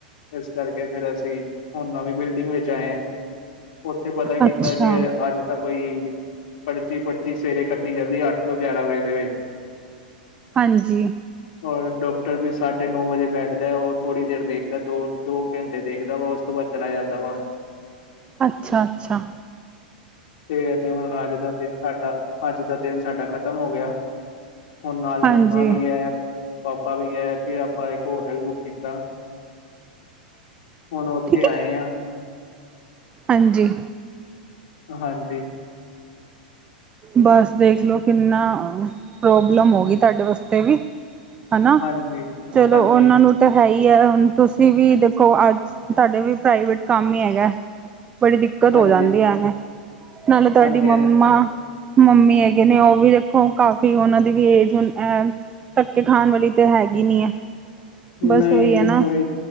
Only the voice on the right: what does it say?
ਅੱਛਾ
ਹਾਂਜੀ।
ਅੱਛਾ-ਅੱਛਾ
ਹਾਂਜੀ
ਠੀਕ ਹੈ
ਹਾਂਜੀ
ਬਸ ਦੇਖਲੋ ਕਿੰਨਾ ਪ੍ਰੋਬਲਮ ਹੋ ਗੀ ਤਾਡੇ ਵਾਸਤੇ ਵੀ ਹਨਾ
ਚਲੋ
ਓਨਾਂ ਨੂੰ ਤਾਂ ਹੈ ਹੀ ਹੈ ਹੁਣ ਤੁਸੀਂ ਵੀ ਦੇਖੋ ਅੱਜ ਤੁਹਾਡੇ ਵੀ ਪ੍ਰਾਈਵੇਟ ਕੰਮ ਹੀ ਹੈਗਾ। ਬੋੜੀ ਦਿੱਕਤ
ਹੋ ਜਾਂਦੀ ਹੈ, ਨਾਲੇ ਤੁਹਾਡੀ
ਮੰਮਾ
ਮੰਮੀ ਹੈਗੇ ਨੇ ਉਵੀ ਵੀ ਦੇਖੋ ਕਾਫੀ ਉਹਨਾਂ ਦੀ ਵੀ ਹੂਨ ਏਜ ਤੱਕਕੇ ਖਾਣ ਵਾਲੀ ਤਾਂ ਹੈਗੀ ਨੀ ਹੈ। ਬਸ
ਹੈ ਨਾ